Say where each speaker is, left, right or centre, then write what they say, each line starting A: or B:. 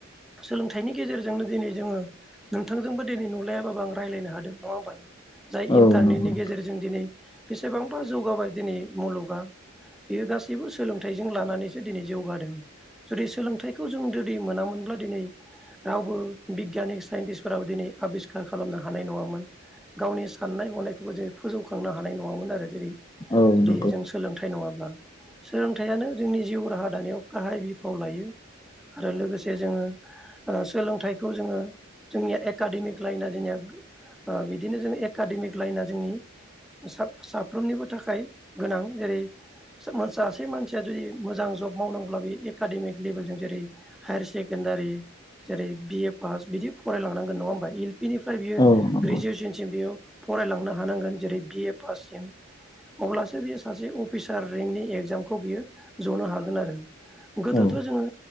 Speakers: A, in the centre; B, on the left.
A: सोलोंथाइनि गेजेरजोंनो दिनै जोङो नोंथांजोंबो दिनै नुलायाबाबो आं रायज्लायनो हादों नङा होनबा नोंथां जाय
B: औ
A: इन्टारनेटनि
B: नंगौ
A: गेजेरजों दिनै बेसेबांबा जौगाबाय दिनै मुलुगा बेयो गासैबो सोलोंथाइजों लानानैसो दिनै जौगादों जुदि सोलोंथाइखौ जों जुदि मोनामोनब्ला दिनै रावबो बिगियाननि साइन्टिसफोराबो दिनै आबिस्कार खालामनो हानाय नङामोन गावनि साननाय हनायखौबो जे फोजौखांनो हानाय नङामोन आरो जेरै
B: औ
A: जुदि
B: नंगौ
A: जों सोलोंथाइ नङाब्ला सोलोंथाइयानो जोंनि जिउ राहा दानायाव गाहाय बिफाव लायो आरो लोगोसे जोङो सोलोंथाइखौ जोङो जोंनिया एकाडेमिक लाइना जोंनिया
B: <inaudible>
A: ओ बिदिनो जों एकाडेमिक लाइना जोंनि साब-साफ्रोमनिबो थाखाय गोनां जेरै सासे मानसिया जुदि मोजां जब मावदोंब्ला बे एकाडेमिक लेभेलजों जेरै हायार सेकेण्डारि जेरै बि ए फास बिदि फराय लांनांगोन नंङा होनबा फ्राय बियो
B: औ नंगौ
A: ग्रेजुवेसनसिम बियो फरायलांनो हानांगोन जेरै बि ए फाससिम अब्लासो बियो सासे अफिसार रेंंकनि एग्जामखौ बियो जनो हागोन आरो गोदोथ'
B: औ
A: जोङो